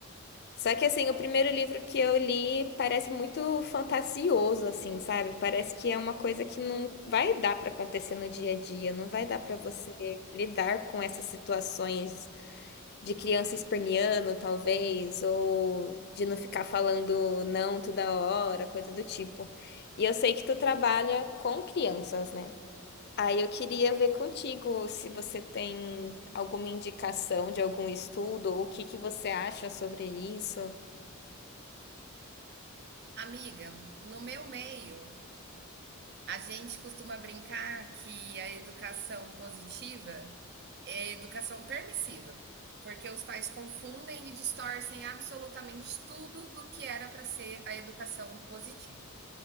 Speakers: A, on the left; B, on the right.
A: Só que assim, o primeiro livro que eu li parece muito fantasioso, assim, sabe? Parece que é uma coisa que não vai dar para acontecer no dia a dia, não vai dar para você lidar com essas situações de criança esperneando, talvez, ou de não ficar falando não toda hora, coisa do tipo. E eu sei que tu trabalha com crianças, né? Aí eu queria ver contigo se você tem alguma indicação de algum estudo ou o que que você acha sobre isso.
B: Amiga, no meu meio, a gente costuma brincar que a educação positiva é a educação permissiva, porque os pais confundem e distorcem absolutamente tudo do que era para ser a educação positiva.